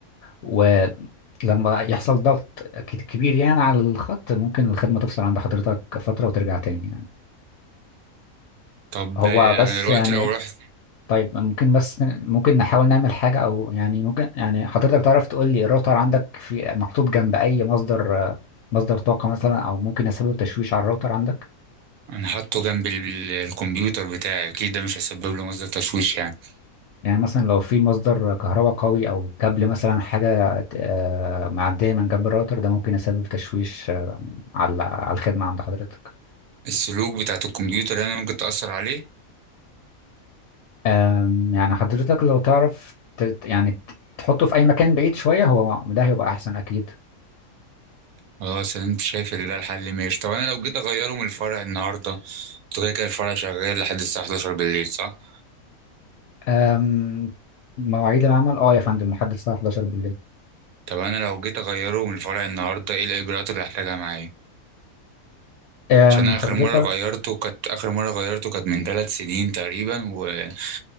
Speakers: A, on the left; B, on the right.
A: و لما يحصل ضغط كت- كبير يعني على الخط ممكن الخدمة تفصل عند حضرتك فترة وترجع تاني يعني
B: طب
A: هو
B: آه،
A: بس
B: انا دلوقتي
A: يعني
B: لو رحت
A: طيب ممكن بس ممكن نحاول نعمل حاجة أو يعني ممكن يعني حضرتك تعرف تقول لي الراوتر عندك في محطوط جنب أي مصدر مصدر طاقة مثلا أو ممكن يسبب تشويش على الراوتر عندك
B: انا حاطه جنب ال- ال- الكمبيوتر بتاعي اكيد ده مش هيسبب له مصدر تشويش يعني
A: يعني مثلا لو في مصدر كهرباء قوي أو كابل مثلا حاجة آه، معدية من جنب الراوتر ده ممكن يسبب تشويش آه، على على الخدمة عند حضرتك
B: السلوك بتاعت الكمبيوتر يعني ممكن تأثر عليه
A: أم، يعني حضرتك لو تعرف ت- يعني ت- تحطه في أي مكان بعيد شوية هو ده هيبقى أحسن أكيد
B: خلاص انا شايف ان ده الحل ماشي طب انا لو جيت اغيره من الفرع النهارده انتوا كده كده الفرع شغال لحد الساعه 11 بالليل صح
A: أم، مواعيد العمل اه يا فندم لحد الساعة 11 بالليل
B: طب انا لو جيت اغيره من الفرع النهارده ايه الاجراءات اللي هحتاجها معايا
A: أم،
B: عشان اخر
A: حضرتك
B: مره غيرته كانت اخر مره غيرته كانت من ثلاث سنين تقريبا وما